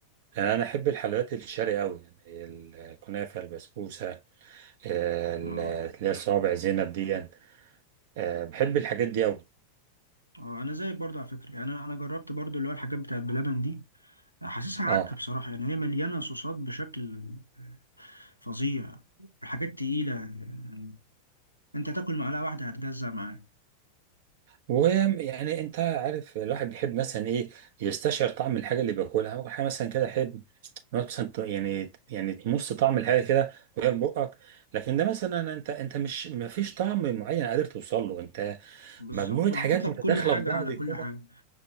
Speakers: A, on the right; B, on the left.
A: يعني انا احب الحلويات الشرقي قوي يعني الكنافه البسبوسه آه، اللي
B: اه
A: هي صوابع زينب دي يعني. آه، بحب الحاجات دي أوي
B: اه انا زيك برضه على فكره يعني انا انا جربت برضه اللي هو الحاجات بتاعت بلبن دي حاسسها عك
A: اه
B: بصراحه يعني هي مليانه صوصات بشكل فظيع حاجات تقيله يعني انت تاكل معلقه واحده هتجزع معاك
A: ويعني انت عارف الواحد بيحب مثلا ايه يستشعر طعم الحاجه اللي بياكلها اول حاجه مثلا كده احب مثلا ت- يعني يعني تمص طعم الحاجه كده وهي في بقك لكن ده مثلا انت انت مش ما فيش طعم معين قادر توصل له انت
B: بالظبط
A: مجموعه
B: وحاطط
A: حاجات
B: لك
A: متداخله
B: كل حاجه
A: في بعض
B: على كل
A: كده
B: حاجه